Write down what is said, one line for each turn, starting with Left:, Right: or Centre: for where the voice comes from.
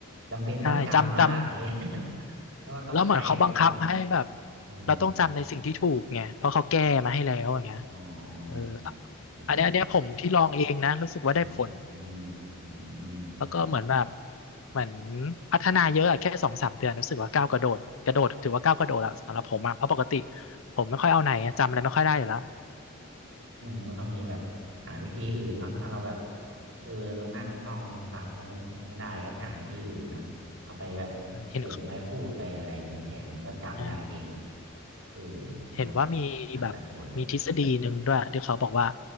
Right: จำเป็นต้องจำแล้วล่ะอย่างเงี้ย
Left: ใช่จำจำ
Right: <laughs> เพราะว่าต้องใช้เดี๋ยวนี้
Left: แล้วเหมือนเขาบังคับให้แบบ
Right: อืม
Left: เราต้องจำในสิ่งที่ถูกไงเพราะเขาแก้มาให้แล้วอย่างเงี้ย
Right: อ๋ออ๋อ
Left: เออ
Right: ดี
Left: อันเนี้ยอันเนี้ยผมที่ลองเองนะรู้สึกว่าได้ผล
Right: อืมอืมอืมอืม
Left: แล้วก็เหมือนแบบเหมือนพัฒนาเยอะอะแค่สองสามเดือนรู้สึกว่าก้าวกระโดดกระโดดถือว่าก้าวกระโดดอะสำหรับผมอะเพราะปกติผมไม่ค่อยเอาไหนอะจำอะไรไม่ค่อยได้อยู่แล้ว
Right: อืมก็ต้องมีแบบหาวิธีอื่นเนาะถ้าเราแบบเออมานั่งท่องศัพท์ไม่ไม่ได้ก็หาวิธีอื่นเนาะเอาไปแบบเขียนไว้พูดไปอะไรอย่างนี้แทนมันก็จำได้เอง
Left: เอ่เห็นเออ
Right: เออมันก็
Left: เห็นว่ามีแบบมีทฤษฎีหนึ่งด้วยที่เขาบอกว่า
Right: แล้วแต่คน